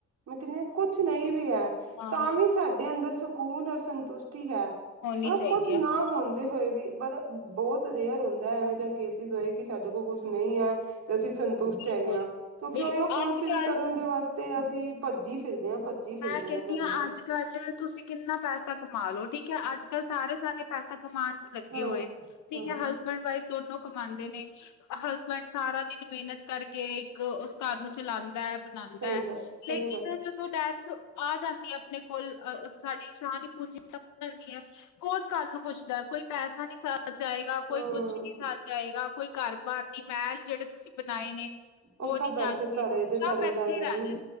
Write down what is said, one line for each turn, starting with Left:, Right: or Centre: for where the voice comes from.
Right: ਮੈਂ, ਕਹਿ ਨੀ ਆ, ਕੁਛ ਨਹੀਂ ਵੀ ਹੈ।
Left: ਹਾਂ
Right: ਤਾਂ, ਵੀ ਸਾਡੇ ਅੰਦਰ ਸਕੂਨ, ਔਰ ਸੰਤੁਸ਼ਟੀ ਹੈ।
Left: ਹੋਣੀ
Right: ਓ
Left: ਚਾਹੀਦੀ
Right: ਕੁੱਛ, ਨਾ
Left: ਆ ਹਾਂ
Right: ਹੁੰ ਹੋਏ ਵੀ ਪਰ ਬੋਹਤ ਰੇਅਰ ਹੁੰਦਾ ਐਵੇਂ ਜਾਂ ਕੇਸਿਸ ਹੋਏ ਕਿ ਸਾਡੇ ਕੋਲ ਕੁਛ ਨਈਂ ਐ। ਤੇ, ਅਸੀਂ ਸੰਤੁਸ਼ਟ
Left: ਬਿਲਕੁਲ,
Right: ਹੈਗੇ ਆਂ, ਕਿਉਂਕਿ
Left: ਬਿਲ
Right: ਓਹੀਓ ਫੁਲਫਿਲ
Left: ਅੱਜ-ਕੱਲ
Right: ਕਰਨ ਦੇ ਵਾਸਤੇ, ਅਸੀਂ ਭੱਜੀ ਫਿਰਦੇ ਹਾਂ, ਭੱਜੀ ਫਿਰਦੇ
Left: ਮੈਂ ਕਹਿੰਨੀਂ
Right: ਹਾਂ ਤੁਹਾਨੂੰ
Left: ਆਂ
Right: ਪਤਾ
Left: ਅੱਜ-ਕੱਲ ਤੁਸੀਂ ਕਿੰਨਾ ਪੈਸਾ ਕਮਾ ਲੋੋ ਠੀਕ ਏ ਅੱਜ-ਕੱਲ ਸਾਰੇ ਜਨੇ ਪੈਸਾ ਕਮਾਣ 'ਚ ਲੱਗੇ
Right: ਹਾਂ
Left: ਹੋਏ ਠੀਕੇ
Right: ਹਾਂ
Left: ਸਬੈਂਡ-ਵਾਈਫ ਦੋਨੋ ਕਮਾਂਦੇ ਨੇ। ਹਸਬੈਂਡ ਸਾਰਾ ਦਿਨ ਮਿਹਨਤ ਕਰਕੇ ਇੱਕ ਉਸ ਘਰ ਨੂੰ ਚਲਾਂਦਾ। ਬਣਾਦਾ,
Right: ਸਹੀ ਗੱਲ ਸਹੀ
Left: ਲੇਕਿਨ
Right: ਗੱਲ
Left: ਤੋਂ ਡੈਥ ਆ ਜਾਂਦੀਏ ਆਪਣੇ ਕੋਲ ਸਾਡੀ ਸਾਰੀ ਪੂੰਜੀ ਜਾਂਦੀ ਹੈ ਕੌਣ ਕੱਲ ਨੂੰ ਪੁੱਛਦਾ, ਕੋਈ ਪੈਸਾ ਨੀਂ ਸਾਥ ਜਾਏਗਾ
Right: ਹਾਂ
Left: ਕੋਈ ਕੁਛ ਨੀ ਸਾਥ ਜਾਏਗਾ, ਕੋਈ ਘਰ ਬਾਰ ਨੀਂ ਮਹਿਲ ਜਿਹੜੇ ਤੁਸੀਂ ਬਣਾਏ ਨੇ। ਉਹ
Right: ਓਹ ਸਭ
Left: ਨਹੀਂ ਜਾਣਗੇ
Right: ਤਰੇ ਦੇ ਤਰੇ
Left: ਸਭ ਇੱਥੇ
Right: ਰਹਿ ਜਾਂਦੇ
Left: ਹੀ
Right: ਨੇ
Left: ਰਹੇ